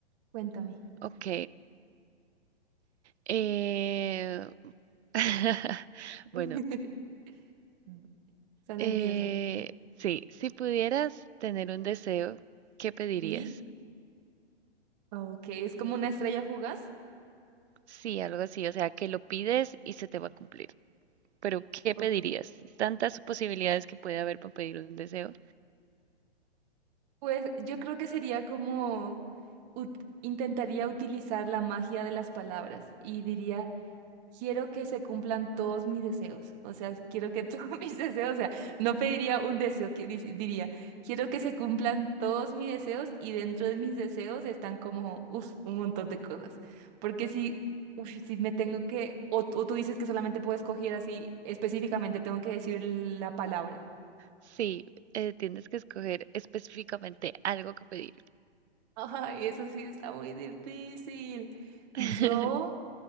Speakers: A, on the right; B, on the right.
A: Cuéntame.
B: Ok, eh, <laughs>
A: <laughs>
B: Bueno,
A: Mm. Está nerviosa.
B: eh, sí, si pudieras tener un deseo, ¿qué pedirías?
A: ¿Sí? Ok, es como una estrella fugaz.
B: Sí, algo así, o sea, que lo pides y se te va a cumplir. Pero, ¿qué
A: Ok.
B: pedirías? Tantas posibilidades que puede haber para pedir un deseo.
A: Pues yo creo que sería como ut- intentaría utilizar la magia de las palabras y diría quiero que se cumplan todos mis deseos. O sea, quiero que todos <laughs> mis deseos, o sea, no pediría un deseo, que dis- diría, quiero que se cumplan todos mis deseos y dentro de mis deseos están como, uf, un montón de cosas. Porque si, uf, si me tengo que, o, o tú dices que solamente puedo escoger así específicamente, tengo que decir la palabra.
B: Sí, eh, tienes que escoger específicamente algo que pedir.
A: <laughs> Ay, eso sí está muy difícil. Yo,
B: <laughs>